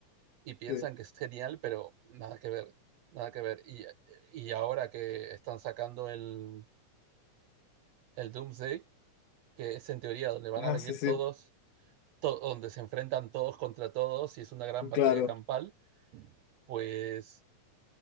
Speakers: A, on the right; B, on the left.
A: y piensan
B: sí.
A: que es genial, pero nada que ver, nada que ver. Y, y ahora que están sacando el, el Doomsday, que es en teoría donde van
B: Ah,
A: a venir
B: sí, sí,
A: todos, to donde se enfrentan todos contra todos y es una gran batalla
B: claro.
A: campal, pues,